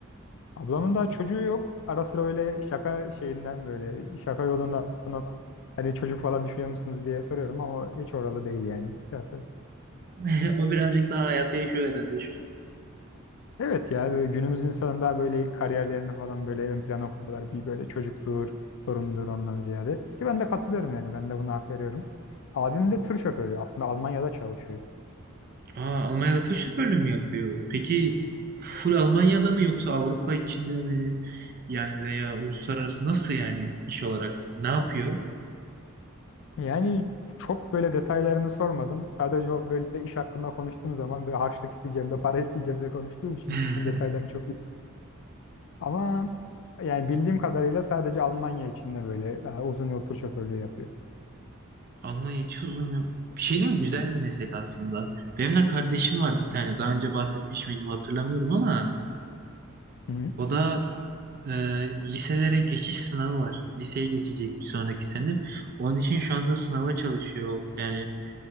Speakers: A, on the left (about 65°); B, on the right (about 45°).
A: Ablamın da çocuğu yok. Ara sıra öyle şaka şeyinden böyle şaka yolundan ona, hani çocuk falan düşünüyor musunuz diye soruyorum ama hiç oralı değil yani. Biraz
B: <laughs> O birazcık daha hayata yaşıyor herhalde şu an.
A: Evet ya böyle günümüz insanında böyle ilk kariyerlerini falan böyle ön plana koyuyorlar. Bir böyle çocuktur, torundur ondan ziyade. Ki ben de katılıyorum yani ben de buna hak veriyorum. Abim de tır şoförü aslında Almanya'da çalışıyor.
B: Aa, Almanya'da tır şoförlüğü mü yapıyor? Peki full Almanya'da mı yoksa Avrupa içinde mi? Yani veya uluslararası nasıl yani iş olarak ne yapıyor?
A: Yani çok böyle detaylarını sormadım. Sadece o böyle iş hakkında konuştuğum zaman böyle harçlık isteyeceğim de para <laughs> isteyeceğim de konuştuğum için
B: <laughs>
A: işin detaylarını çok bil- Ama yani bildiğim kadarıyla sadece Almanya içinde böyle e, uzun yol tur şoförlüğü yapıyor.
B: <clears throat> Almanya hiç uzun yok. Bir şey değil mi? Güzel bir meslek aslında. Benim de kardeşim var bir tane. Daha önce bahsetmiş miydim hatırlamıyorum ama
A: Hı
B: o da e, liselere geçiş sınavı var. Liseye geçecek bir sonraki sene. Onun için şu anda sınava çalışıyor. Yani